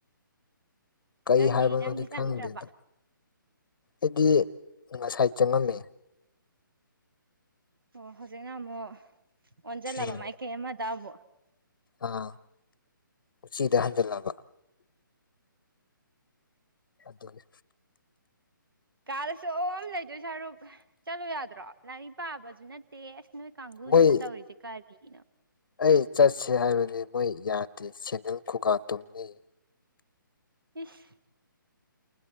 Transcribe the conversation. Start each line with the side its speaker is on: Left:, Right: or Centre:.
Left: ꯀꯔꯤ
Right: ꯅꯪꯗꯤ
Left: ꯍꯥꯏꯕꯅꯣꯗꯤ
Right: ꯅꯪꯗꯤ ꯆꯪꯗ꯭ꯔꯕ
Left: ꯈꯪꯗꯦꯗ ꯑꯩꯗꯤ ꯉꯁꯥꯏ ꯆꯪꯉꯝꯃꯦ
Right: ꯑꯣ ꯍꯧꯖꯤꯛꯅ ꯑꯃꯨꯛ ꯑꯣꯟꯁꯤꯜꯂꯕ
Left: ꯎꯝ
Right: ꯃꯥꯏꯀꯩ ꯑꯃꯗ ꯑꯃꯨꯛ
Left: ꯑꯥ ꯎꯆꯤꯗ ꯍꯟꯖꯤꯜꯂꯕ ꯑꯗꯨꯗꯤ
Right: ꯀꯥꯂꯁꯨ ꯑꯣꯝ ꯂꯩꯗꯣꯏ ꯁꯔꯨꯛ ꯆꯠꯂꯣ ꯌꯥꯗ꯭ꯔꯣ ꯂꯥꯏꯔꯤꯛ ꯄꯥꯕꯁꯨ ꯅꯠꯇꯦ ꯑꯁ ꯅꯣꯏ ꯀꯥꯡꯒꯨꯁꯤꯅ
Left: ꯃꯣꯏ
Right: ꯇꯧꯔꯤꯁꯦ ꯀꯔꯤꯅꯣ
Left: ꯑꯩ ꯆꯠꯁ ꯍꯥꯏꯕꯗꯤ ꯃꯣꯏ ꯌꯥꯗꯦ ꯁꯦꯟꯗꯦꯜ ꯈꯨꯒꯥ ꯇꯨꯝꯅꯤ
Right: ꯏꯤꯁ